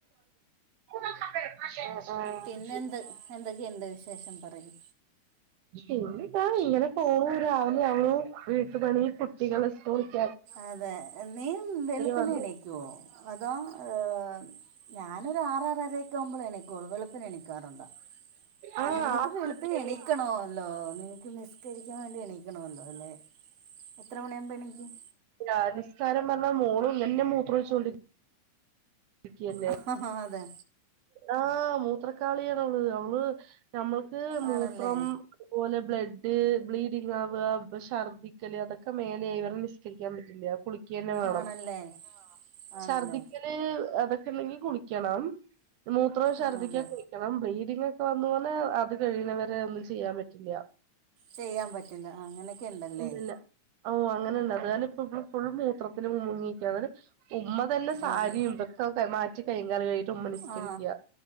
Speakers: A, on the right; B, on the right.
A: ആഹ് ആഹ്.
B: പിന്നെന്ത് എന്തൊക്കെയുണ്ട് വിശേഷം പറയൂ
A: പിന്നിതാ ഇങ്ങനെ പോന്നു രാവിലെ ആവണു വീട്ടു പണി കുട്ടികളെ സ്കൂളിക്ക
B: അതെ നീ വെളുപ്പിനെ
A: വന്നു
B: എണീക്കുവോ അതോ? ഏഹ് ഞാനൊരു ആറാറരൊക്ക ആകുമ്പോൾ എണിക്കൂള്ളു വെളുപ്പിന് എണിക്കാറുണ്ടോ? ആഹ്
A: ആ
B: നിങ്ങൾക്ക്
A: ആ
B: വെളുപ്പിന്എണീക്കണോല്ലോ
A: പണിയല്ലേ
B: നിങ്ങൾക്ക് നി നിസ്കരിക്കാൻ വേണ്ടി എണീക്കണമല്ലോ അല്ലേ എത്ര മണിയാകുമ്പോൾ എണീക്കും.
A: ആഹ് നിസ്കാരം എന്ന് പറഞ്ഞാൽ മോളും <unintelligible> മൂത്രം ഒഴിച്ചോണ്ടിരിക്കു <unintelligible>
B: ആ അതെ
A: ആഹ് മൂത്രക്കാളിയാണ് അവള് നമ്മൾ. മൂത്രം.
B: ആണല്ലേ
A: അതുപോലെ ബ്ലഡ് ബ്ലീഡിങ് ആവുക ഛർദ്ദിക്കല് അതൊക്കെ മേലെയായി ഇവ നിസ്കരിക്കാൻ പറ്റില്ല കുളിക്കന്നെ വേണം.
B: ആണല്ലേ ആണല്ലേ
A: ചർദ്ദിക്കൽ <unintelligible> അതൊക്കെ ഉണ്ടെങ്കിൽ കുളിക്കണം മൂത്രം ഛർദ്ദിക്കൊക്കെ.
B: ആണല്ലേ
A: <unintelligible> ബ്ലീഡിങ് ഒക്കെ വന്ന പിന്നെ അത് കഴിയുന്നവരെ ഒന്നും ചെയ്യാൻ പറ്റില്ല.
B: ചെയ്യാൻ പറ്റില അങ്ങനെയൊക്കെ ഉണ്ടല്ലേ.
A: ഇല്ലില്ല ഓ അങ്ങനുണ്ട് അത് കാരണം ഇപ്പ ഇപ്പ ഫുൾ മൂത്രത്തില് മുങ്ങി നിക്കാണ് ഉമ്മ തന്നെ സാരിയും
B: അതെ
A: <unintelligible> മാറ്റി കയ്യും കാലും കഴുകീട്ട് ഉമ്മ നിസ്കരിക്കുക
B: ആ